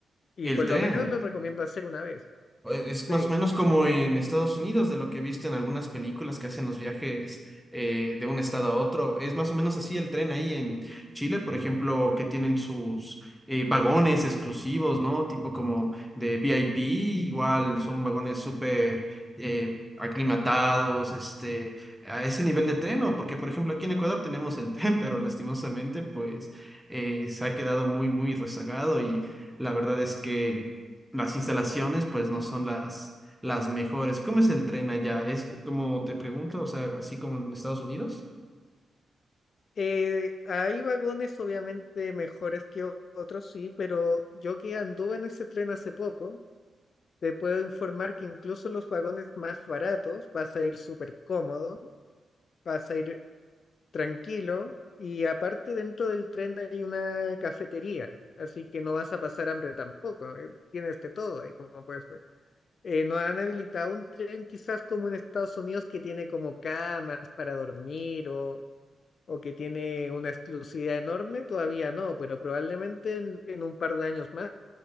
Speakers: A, on the left (about 65°); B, in the centre.
A: Y
B: El
A: por
B: tren.
A: lo menos lo recomiendo hacer una vez.
B: Eh, Es
A: Sí.
B: más o menos como en Estados Unidos, de lo que he visto en algunas películas que hacen los viajes eh, de un estado a otro. Es más o menos así el tren ahí en Chile, por ejemplo, que tienen sus eh, vagones exclusivos, ¿no? Tipo como de VIP, igual son vagones súper eh, aclimatados, este, a ese nivel de tren, ¿no? Porque, por ejemplo, aquí en Ecuador tenemos el <laughs> tren, pero lastimosamente, pues, eh, se ha quedado muy, muy rezagado y la verdad es que las instalaciones pues no son las, las mejores. ¿Cómo es el tren allá? ¿Es como te pregunto, o sea, así como en Estados Unidos?
A: Eh, hay vagones obviamente mejores que o- otros, sí, pero yo que anduve en ese tren hace poco, te puedo informar que incluso los vagones más baratos vas a ir súper cómodo vas a ir tranquilo y aparte dentro del tren hay una cafetería, así que no vas a pasar hambre tampoco, eh, Tienes de todo ahí como puedes ver. Eh, no han habilitado un tren quizás como en Estados Unidos que tiene como camas para dormir o, o que tiene una exclusividad enorme, todavía no, pero probablemente en, en un par de años más